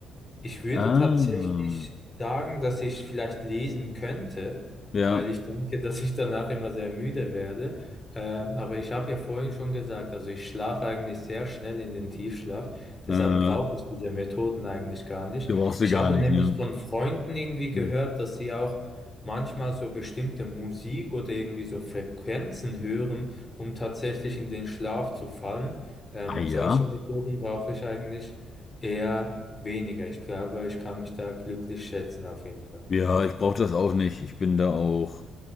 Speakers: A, on the left; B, on the left.
A: ich würde
B: ah.
A: tatsächlich sagen, dass ich vielleicht lesen könnte,
B: Ja,
A: weil ich denke, <laughs> dass ich danach immer sehr müde werde. Ähm, aber ich habe ja vorhin schon gesagt, also ich schlafe eigentlich sehr schnell in den Tiefschlaf. Deshalb
B: äh, ja,
A: brauche ich diese Methoden eigentlich gar nicht.
B: brauchst
A: Ich
B: du gar
A: habe
B: nicht,
A: nämlich
B: ne?
A: von Freunden irgendwie gehört,
B: Hm.
A: dass sie auch manchmal so bestimmte Musik oder irgendwie so Frequenzen hören, um tatsächlich in den Schlaf zu fallen. Ähm,
B: Ah ja?
A: solche Methoden brauche ich eigentlich. Eher weniger. Ich glaube, ich kann mich da glücklich schätzen auf jeden Fall.
B: Ja, ich brauche das auch nicht. Ich bin da auch.